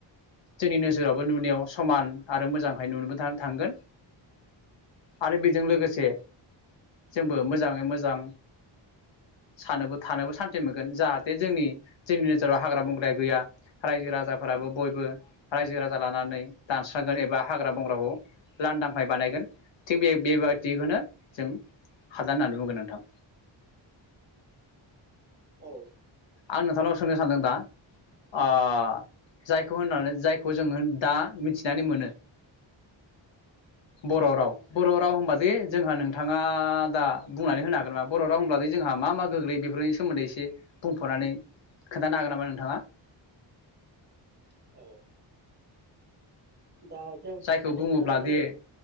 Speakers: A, on the left; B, on the right.
A: जोंनि नोजोरावबो नुनायाव समान आरो मोजांहाय नुनोबो था-थांगोन। आरो बेजों लोगोसे जोंबो मोजाङै मोजां सानोबो थानोबो सान्थि मोनगोन जाहाथे जोंनि जोंनि नोजोराव हाग्रा बंग्राया गैया रायजो राजाफोराबो बयबो रायजो राजा लानानै दानस्रांगोन एबा हाग्रा बंग्राखौ लांदांहाय बानायगोन थिग बे बेबायदिखौनो जों हाजा होननानै बुंगोन नोंथां।
B: औ
A: आं नोंथांनाव सोंनो सानदों दा ओ जायखौ होननानै जायखौ जोङो दा मिथिनानै मोनो बर' राव
B: औ
A: बर राव होनबा बे जोंहा नोंथाङा दा बुंनानै होनो हागोन नामा बर' राव होनबाथाय जोंहा मा मा गोग्लैयो बेफोरनि सोमोन्दै एसे बुंफोरनानै खोन्थानो हागोन नामा नोंथाङा?
B: औ दा जों
A: जायखौ
B: सानैजों
A: बुङोब्ला
B: रायलायदों
A: दे